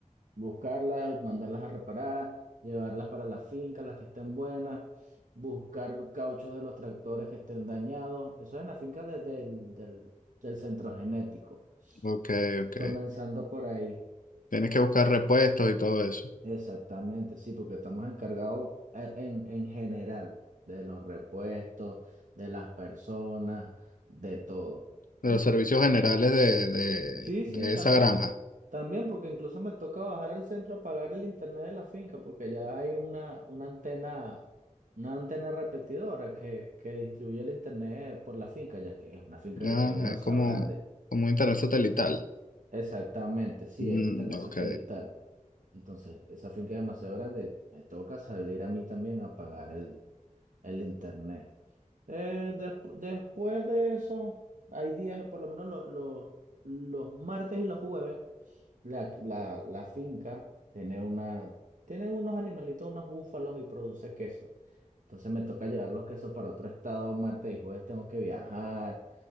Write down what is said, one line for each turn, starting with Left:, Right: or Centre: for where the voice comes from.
Right: buscarlas, mandarlas a reparar, llevarlas para la finca, las que estén buenas, buscar cauchos de los tractores que estén dañados. Eso es en la finca desde el del, del centro genético,
Left: Ok, ok.
Right: comenzando por ahí.
Left: Tienes que buscar repuestos y todo eso.
Right: Exactamente, sí, porque estamos encargados eh, en, en general de los repuestos, de las personas, de todo.
Left: De
Right: Mm,
Left: los servicios generales de, de,
Right: Sí, sí,
Left: de
Right: también.
Left: esa granja.
Right: También porque incluso me toca bajar al centro a pagar el internet de la finca porque ya hay una, una antena, una antena repetidora que, que distribuye el internet por la finca, ya que es una finca
Left: Ah,
Right: que es demasiado
Left: es como,
Right: grande.
Left: como un internet satelital.
Right: Exactamente, sí,
Left: Mm,
Right: es internet
Left: ok.
Right: satelital. Entonces, esa finca es demasiado grande, me toca salir a mí también a pagar el, el internet. Eh, despu- después de eso, hay días, por lo menos lo- lo- los martes y los jueves, la, la, la finca tiene una, tiene unos animalitos, unos búfalos y produce queso. Entonces me toca llevar los quesos para otro estado, martes y jueves tengo que viajar.